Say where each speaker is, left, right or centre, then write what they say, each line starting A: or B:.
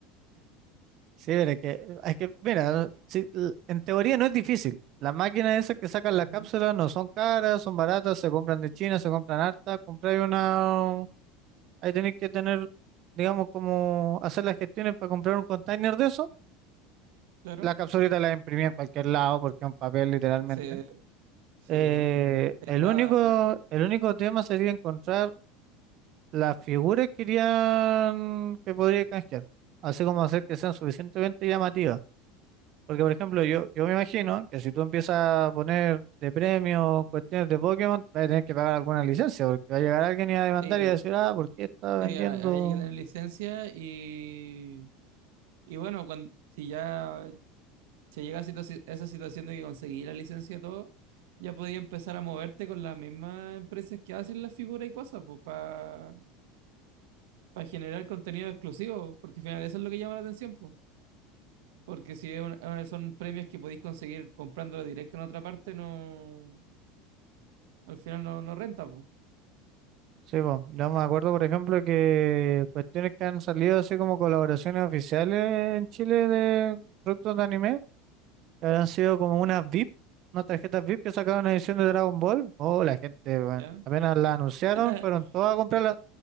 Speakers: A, on the right; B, on the right.
A: Sí, pero es que, es que, mira, sí, l- en teoría no es difícil. Las máquinas esas que sacan la
B: Ujú,
A: cápsula no son caras, son baratas, se compran de China, se compran harta. Comprar una, ahí tenés que tener, digamos, como hacer las gestiones para comprar un container de eso
B: Claro.
A: La capsulita la imprimí en cualquier lado porque es un papel literalmente.
B: Sí, sí,
A: Eh,
B: po, en, un- en
A: el
B: nada.
A: único, el único tema sería encontrar las figuras que querían que podría canjear. Así como hacer que sean suficientemente llamativas. Porque, por ejemplo, yo, yo me imagino que si tú empiezas a poner de premio cuestiones de Pokémon, vas a tener que pagar alguna licencia, porque va a llegar alguien y va a demandar
B: Sí,
A: y va a decir, ah, ¿por qué está
B: sí,
A: vendiendo?
B: ha- hay que tener licencia y, y bueno, cuando, si ya se llega a situa- esa situación de que conseguí la licencia y todo, ya podía empezar a moverte con las mismas empresas que hacen las figuras y cosas, pues, para para generar contenido exclusivo, porque al final eso es lo que llama la atención, po. Porque si es un- eh, son premios que podéis conseguir comprándolo directo en otra parte, no, al final no, no renta, po.
A: Sí, po. Yo me acuerdo, por ejemplo, que cuestiones que han salido así como colaboraciones oficiales en Chile de productos de anime, que habrán sido como unas VIP, unas tarjetas VIP que sacaron una edición de Dragon Ball. Oh, la gente, bueno,
B: ¿Ya?
A: apenas la anunciaron,
B: <laughs>
A: fueron todas a comprarlas,